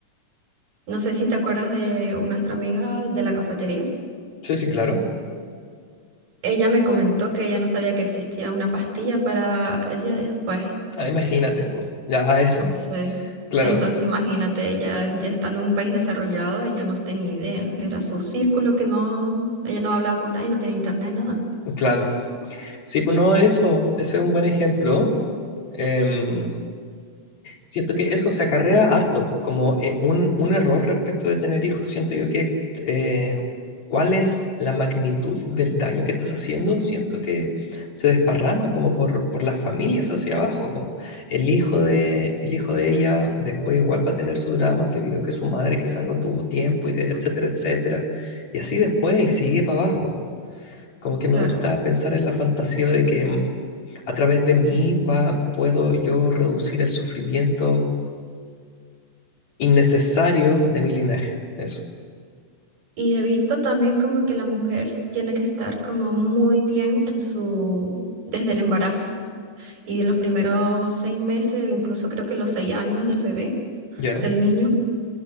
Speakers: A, on the right; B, on the left.
A: No sé si te acuerdas de nuestra amiga de la cafetería.
B: sí, sí, claro.
A: Ella me comentó que ella no sabía que existía una pastilla para el día después.
B: Ah, imagínate, pues, ya eso,
A: Entonces,
B: claro,
A: entonces imagínate, ella ya estando en un país desarrollado, ella no tenía idea. Era su círculo que no, ella no hablaba con nadie, no tenía internet, nada.
B: claro. Sí, pues no, eso, ese es un buen ejemplo. Em, siento que eso se acarrea harto, pues, como eh, un, un error respecto de tener hijos, siento yo que eh, cuál es la magnitud del daño que estás haciendo, siento que se desparrama como por, por las familias hacia abajo. po. El hijo de, el hijo de ella después igual va a tener su drama debido a que su madre quizás no tuvo tiempo, y de- etcétera, etcétera. Y así después y sigue para abajo. Como que me
A: Claro.
B: gusta pensar en la fantasía de que mm, a través de mí va, puedo yo reducir el sufrimiento innecesario de mi linaje. Eso.
A: Y he visto también como que la mujer tiene que estar como muy bien en su, desde el embarazo y de los primeros seis meses, incluso creo que los seis años del bebé,
B: Ya,
A: del niño